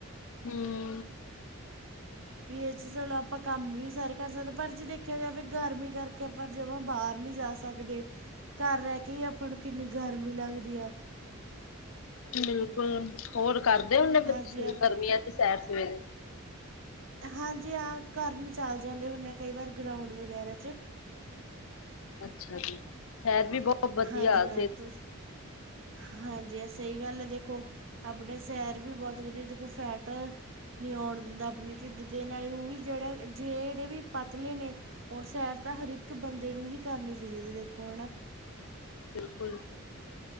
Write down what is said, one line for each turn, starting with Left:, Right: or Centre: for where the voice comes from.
Left: ਹੂੰ,
Right: ਵੀ ਇਹ ਚ ਚਲੋ ਆਪਾਂ ਕੰਮ ਵੀ ਸਾਰੇ ਕਰ ਸਕਦੇ ਪਰ ਜੇ ਦੇਖ। ਦੇਖਿਆ ਜਾਵੇ ਗਰਮੀ ਕਰਕੇ ਆਪਾਂ ਜਮਾਂ ਬਾਹਰ ਨਹੀਂ ਜਾ ਸਕਦੇ। ਘਰ ਰਹਿ ਕੇ ਹੀ ਆਪਾਂ ਨੂੰ ਕਿੰਨੀ ਗਰਮੀ ਲੱਗਦੀ ਆ।
Left: ਬਿਲਕੁਲ ਹੋਰ ਕਰਦੇ ਹੁਨੇ ਗਰਮੀਆਂ
Right: ਹਾਂਜੀ ਹਾਂ
Left: ਚ ਸੈਰ ਸਵੇਰੇ।
Right: ਹਾਂਜੀ ਹਾਂ ਕਰਨ ਚਲ ਜਾਂਦੇ ਹੁੰਦੇ ਆ ਕਈ ਵਾਰ ਗਰਾਉਂਡ ਵਗੈਰਾ ਚ
Left: ਅੱਛਾ ਜੀ, ਸੈਰ ਵੀ ਬਹੁਤ। ਵਧੀਆ
Right: ਹਾਂਜੀ ਹਾਂ
Left: ਸਿਹਤ
Right: ਤੁਸੀ ਹਾਂਜੀ ਸਹੀ ਗੱਲ ਹੈ ਦੇਖੋ। ਆਪਣੇ ਸੈਰ ਵੀ ਬਹੁਤ ਵਧੀਆ ਜੇ ਕੋਈ ਫੈਟ ਆ। ਨਹੀਂ ਆਉਣ ਦਿੰਦਾ ਆਪਣੇ ਢਿੱਡ ਦੇ ਨਾਲ ਹੀ ਉਹ ਵੀ ਜਿਹੜੇ ਜਿਹੜੇ ਵੀ ਪਤਲੇ ਨੇ। ਹੁਣ ਸੈਰ ਤਾਂ ਹਰ ਇੱਕ ਬੰਦੇ ਨੂੰ ਹੀ ਕਰਨੀ ਚਾਹੀਦੀ ਹੈ ਦੇਖੋ ਹਨਾ।
Left: ਬਿਲਕੁਲ।